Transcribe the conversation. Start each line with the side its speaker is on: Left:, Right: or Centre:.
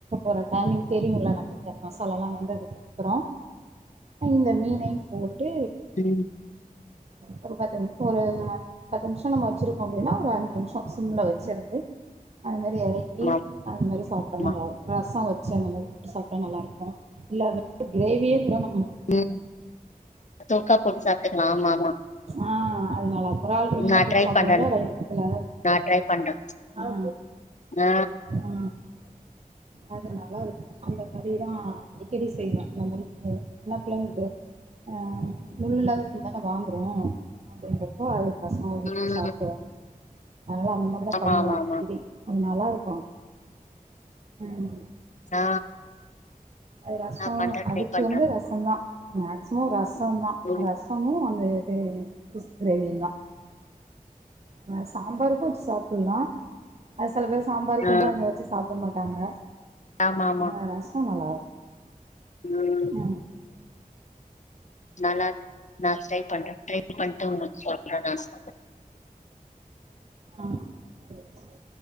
Right: ஒரு டைமிங் தெரியும்ல நம்மளுக்கு அந்த மசாலால்லாம் வெந்ததுக்கு அப்றம் ஆ இந்த மீனை போட்டு
Left: ம்
Right: ஒரு பத்து நிமிஷம் ஒரு அஞ் பத்து நிமிஷ நம்ம வச்சிருக்கோ அப்டின்னா ஒரு அஞ்சு நிமிஷ சிம்ல வச்சிருந்து அதமாரி எரக் க்கி
Left: ஆமா
Right: அது மாரி சாப்டோன்னா
Left: ஆமா
Right: நல்லாருக்கு ரசோ வச்சு அந்த மாரி சாப்ட்டா நல்லாருக்கு இல்ல அத கிரேவியே கூட நம்மோ
Left: ம் தொக்கா போட்டு சாப்ட்டுக்கலா ஆமா ஆமா
Right: ஆ அது நல்லாருக் <unintelligible> கிரேவினா
Left: நா
Right: போட்டு
Left: ட்ரை
Right: சாப்டுவோம்ல
Left: பண்றே
Right: ரை இதுல
Left: நா ட்ரை பண்றே
Right: ஆ
Left: ஆ
Right: ஆ அது நல்லாருக்கு அந்த மாரிதா அடிக்கடி செய்வ அந்த மாரி எ என்ன புள்ளைங்களுக்கு ஆ முள இல்லாத மீன் தான வாங்குறோ அப்டின்ற அப்போ அது பசங்க
Left: ம்
Right: விரும்பி சாப்டுவாங்க அதனால அந்த மாரிதா
Left: ஆமா
Right: பண்ணுவ
Left: ஆமா
Right: அடிக்கடி
Left: ஆமா
Right: அது நல்லாருக்கு ம்
Left: ஆ
Right: அது ரசோ
Left: நா பண்றே
Right: அதுக்கு
Left: ட்ரை பண்றே
Right: வந்து ரசம்தா மேக்சிமம் ரச சந்தா
Left: ம்
Right: ரசமு அந்த இது ஃபிஷ் கிரேவியும் தா ஆ சாம்பாருக்கு வச்சு சாப்புல்லா அது செல பேரு சாம்பாருக்கு
Left: ஆ ஆ
Right: வந்து அத வச்சு சாப்ட மாட்டாங்க
Left: ஆ ஆமா ஆமா
Right: ஆ ரசோ நல்லாருக்
Left: ம்
Right: ஆ
Left: நல்லாருக்கு நா ட்ரை பண்ற ட்ரை பண்ட்டு உங்களுக்கு சொல்ற ரசோ
Right: ஆ செரி செரி